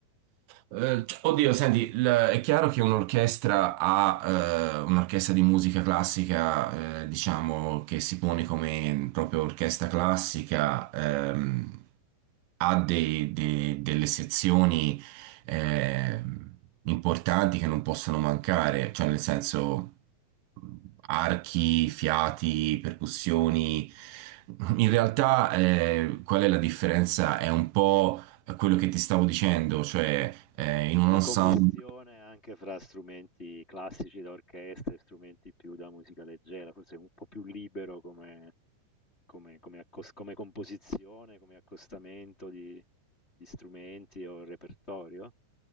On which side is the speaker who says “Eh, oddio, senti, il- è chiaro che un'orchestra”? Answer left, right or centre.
Right